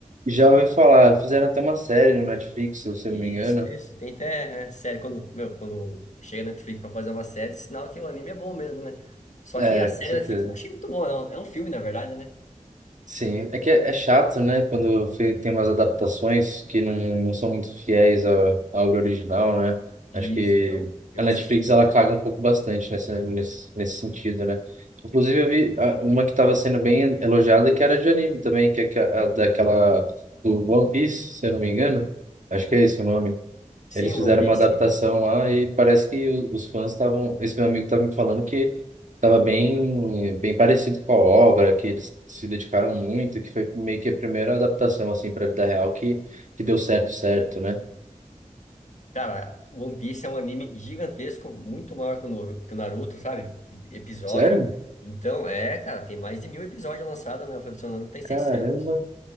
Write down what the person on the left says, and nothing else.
Isso,
isso, tem até, né, série, quando, meu, quando chega na Netflix pra fazer uma série, sinal que o anime é bom mesmo, né? Só
que a série
da Netflix eu não achei muito boa, não. É um filme, na verdade, né?
Isso,
eu, eu
assisti.
Sim,
One
Piece.
Cara, One Piece é um anime gigantesco, muito maior que o Noru- que o Naruto, sabe? De Episódio.
Então, é, cara, tem mais de mil episódios lançados, né? O Fabiano Naruto tem 600.